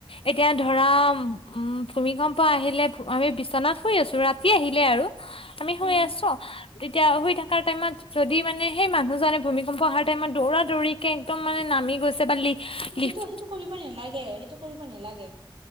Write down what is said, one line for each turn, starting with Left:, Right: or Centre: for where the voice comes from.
Left: এতিয়া ধৰা উম ভূমিকম্প‌ আহিলে আমি বিচনাত শুই আছো ৰাতি আহিলে আৰু আমি শুই
Right: উম
Left: আছো তেতিয়া শুই থকা টাইমত যদি মানে সেই মানুহজনে ভূমিকম্প অহাৰ টাইমত দৌৰা দৌৰি কে একদম মানে নামি গৈছে বা লি
Right: সেইটো
Left: লিফ্ট
Right: সেইটো কৰিব নেলাগে সেইটো কৰিব নেলাগে।